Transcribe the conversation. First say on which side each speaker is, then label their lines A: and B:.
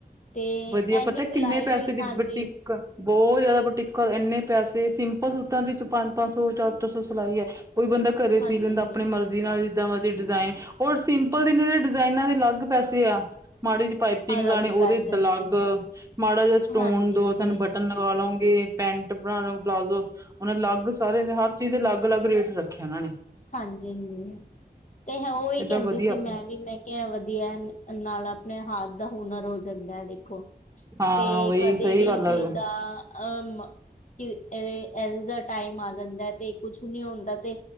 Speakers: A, on the left (about 50°); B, on the right (about 20°).
A: ਤੇ,
B: ਵਧੀਆ ਪਤਾ
A: ਇਨੀ
B: ਕਿੰਨੇ
A: ਸਿਲਾਈ
B: ਪੈਸੇ
A: ਵੀ
B: ਦੀ
A: ਹਾਂਜੀ
B: ਬੁਟੀਕ ਬਹੁਤ ਜਿਆਦਾ, ਬੁਟੀਕਾ ਇੰਨੇ ਪੈਸੇ ਸਿੰਪਲ ਸੂਟਾਂ ਦੇ ਚ ਪੰਜ -ਪੰਜ ਸੌ ਚਾਰ -ਚਾਰ ਸੌ ਸਿਲਾਈ ਹੈ ਕੋਈ ਬੰਦਾ, ਘਰੇ
A: ਹਾਂਜੀ
B: ਸੀ ਲੈਂਦਾ ਆਪਣੇ
A: ਜੀ
B: ਮਰਜ਼ ਜਿਦਾ ਜਿੱਦਾਂ ਮਰਜ਼ੀ ਡਿਜ਼ਾਇਨ, ਹੋਰ ਸਿੰਪਲ ਦੇ- ਦੇ ਡਿਜ਼ਾਇਨਾਂ ਦੇ, ਅਲੱਗ ਪੈਸੇ ਆ ਮਾੜੀ ਜਿਹੀ ਪਾਈਪਿੰਗ
A: ਅਲੱਗ
B: ਲਾਗਾਣੀ ਉਹਦੇ
A: ਪੈਸੇ
B: ਦ ਲੱਗ,
A: ਸੀਗੇ
B: ਮਾੜਾ ਜਿਹਾ ਸਟੋਨ
A: ਹਾਂਜੀ
B: ਦੋ
A: ਜੀ
B: ਤਿੰਨ ਬਟ ਬਟਨ ਲਗਾ ਲਉਗੇ, ਪੈਂਟ ਬਣਾ ਲਉ, ਪਲਾਜ਼ੋ, ਉਹ ਅਲੱਗ ਸਾਰਿਆਂ ਦੇ ਹਰ ਚੀਜ਼ ਦੇ ਅਲੱਗ- ਅਲੱਗ ਰੇਟ ਰੱਖ ਖਿਆਨਾਂ ਨਈ
A: ਹਾਂਜੀ -ਹਾਂਜੀ ਤੇ ਹ ਉਹੀ
B: ਏਦਾਂ
A: ਕਹਿੰਦੀ
B: ਵਧੀਆ
A: ਸੀ, ਮੈਂ ਨਈ ਮੈਂ ਵਧੀਆ, ਨਾਲ ਆਪਣੇ ਹੱਥ ਦਾ, ਹੁਨਰ ਹੋ ਦੰਦਾਂ ਦੇਖੋ
B: ਹਾਂ
A: ਤੇ
B: ਬਈ
A: ਕਦੇ
B: ਸਹੀ
A: ਵੀ
B: ਗੱਲ ਆ
A: ਜੀ ਦਾ ਅ ਮ ਇਹ ਇੰਜ ਦਾ ਟਾਈਮ, ਆ ਜਾਂਦਾ ਤੇ ਕੁਛ ਨੀ ਹੁੰਦਾ ਤੇ